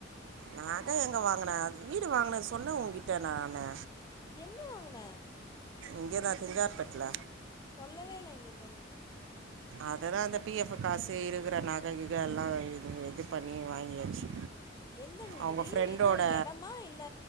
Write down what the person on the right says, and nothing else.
நாகை எங்க வாங்குனே வீடு வாங்கினே சொன்னே உங்கிட்ட நானு
இங்க தா திங்கார்பட்ல
அதெல்லா அந்த பிஎஃப் காசு இருக்கிற நகைகிக எல்லா இதுங்க இது பண்ணி வாங்கியாச்சு
அவங்க ஃப்ரெண்டோட